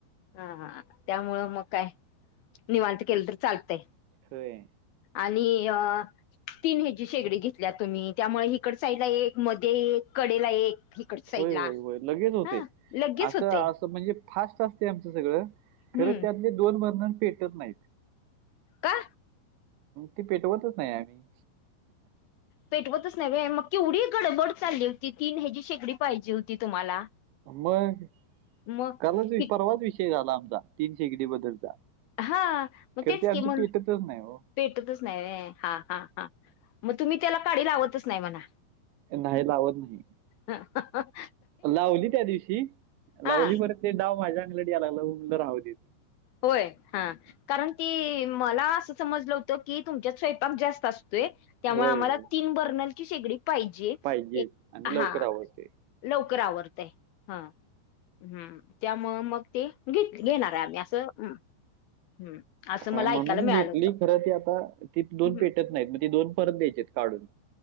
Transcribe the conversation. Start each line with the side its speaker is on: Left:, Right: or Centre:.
Left: हा त्यामुळं मग काय निवांत केलं तर चालतंय.
Right: होय.
Left: आणि अ तीन हेजी शेगडी घेतल्या तुम्ही, त्यामुळे हिकडसाईला एक मध्ये एक कडेला एक. हिकड साईडला
Right: होय होय होय लगेच होते
Left: हा लगेच
Right: असं
Left: होते
Right: असं म्हणजे फास्ट असते आमच सगळं
Left: हम्म
Right: खरं त्यातले दोन बलार्णन पेटत नाहीत.
Left: का?
Right: ते पेटवतच नाही आम्ही.
Left: पेटवतच नाही मग केवढी गडबड चालली होती तीन ह्याज शेकडी पाहिजे होती तुम्हाला.
Right: मग
Left: मग
Right: कालच परवाच विषय झाला आमचा तीन शेकडी बद्दलचा.
Left: हा मग
Right: खरं
Left: तेच
Right: ते आमचं
Left: की म्हन
Right: पेटतच नाही हो
Left: पेटतच नाही हा हा हा. मग तुम्ही त्याला काडी लावतच नाही म्हणा.
Right: नहीं लावत नाही.
Left: ह.
Right: लावली त्या दिवशी
Left: हा
Right: लावली मर ते डाव माझ्या अंगलडी यालाला उंगल राहव दे.
Left: होय हा कारण. ती मला असं समजलं होतं की तुमच्यात स्वयंपाक जास्त असतोय. त्यामुळे
Right: होय
Left: आम्हाला
Right: होय
Left: तीन बर्नलची शेगडी पाहिजे
Right: पाहिजे
Left: एक
Right: आणि
Left: हा.
Right: लवकर आवडते
Left: लवकर आवरतय हा हम् त्यामुळं मग ते घ घेणार आहे आम्ही अस. <inaudible> हम्म.
Right: हाय
Left: मला
Right: म्हणून
Left: ऐकायला मिळालं
Right: घेतली
Left: होतं.
Right: खरं ती आता ती दोन
Left: हम्म,
Right: पेटत नाहीत मग ती दोन परत द्यायचे. काढून.